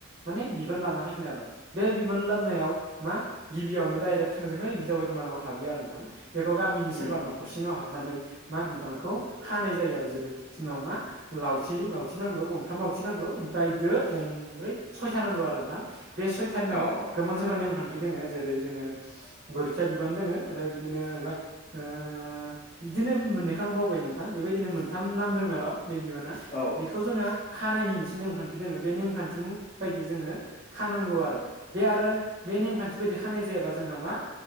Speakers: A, on the right; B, on the left.
A: माने बिबान लाना फैगोन आर'। बे बिमान लाबनायाव मा गिबियावनो डाइरेक्ट थांजोङैनो हिनजाव गोदानानाव हाबियो आरो नोंथां। बेखौ गामिनि सोरबा
B: उम
A: न'खरसेनाव
B: उम
A: हाबनानै मा बिबानखौ हानाय जायो आरो जेरै सि नमा लावथि लावथि नांगौ गंथाम लावथि नांगौ मफफ्राय दो गंब्रै सयथा नांगौ आरो नोंथां बे सयथानाव
B: औ औ
A: गोबां जोंहा नेमखान्थि दोङ जेरै जोङो गोरोथिया बिबान दोङो ओफ्राय बिदिनोबा ओ बिदिनो मोननैखौ आं बावबाय नोंथां बेबायदिनो मोनथाम नामदों जङ' बे बिबाना
B: औ
A: बेखौ जोङो खानायनि मोनसे नेमखान्थि दोङो बे नेमखान्थि बायदियै जोङो खानांगौ आरो बे आरो बे नेमखान्थि बायदि खानाय जायाबा जोंहा मा?